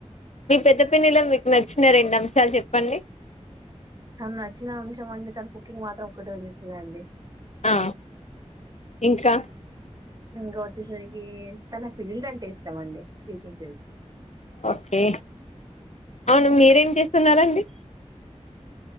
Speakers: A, on the left; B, on the right.
A: మీ పెద్ద పిన్నిలో మీకు నచ్చిన రెండు అంశాలు చెప్పండి
B: తను నచ్చిన అంశం అండి తన కుకింగ్ మాత్రం ఒకటో చేస్తుంద అండి
A: ఆ ఇంకా
B: ఇంకా వచ్చేసరికే తన ఫీల్డ్ అంటే ఇష్టం అండి టీచింగ్ ఫీల్డ్
A: ఓకే అవును మీరేం చేస్తున్నారండి